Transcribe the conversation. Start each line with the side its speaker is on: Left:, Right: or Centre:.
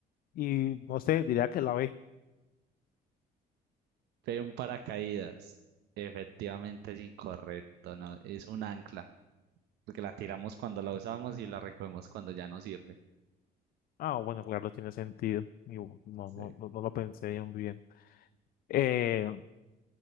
Left: Y no sé, diría que la B.
Right: Fue un paracaídas. Efectivamente es incorrecto, ¿no? Es un ancla, porque la tiramos cuando la usamos y la recogemos cuando ya no sirve.
Left: Ah, bueno, claro, tiene sentido. Y bu- No,
Right: Sí.
Left: no, no, no lo pensé muy bien. Eh,